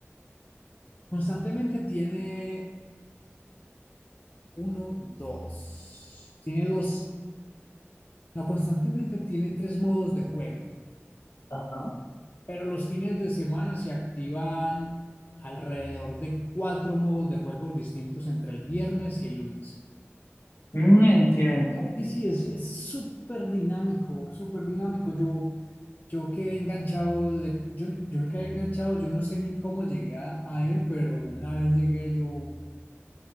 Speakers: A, on the left; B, on the left.
A: constantemente tiene uno, dos, tiene dos, no, constantemente tiene tres modos de juego,
B: Ajá.
A: pero los fines de semana se activan alrededor de cuatro modos de juegos distintos entre el viernes y el lunes.
B: Mm, Entiendo.
A: Sí, sí, es es súper dinámico, súper dinámico. Yo Yo quedé enganchado, de, yo, yo quedé enganchado, yo no sé ni cómo llegué a, a él, pero una vez llegué yo,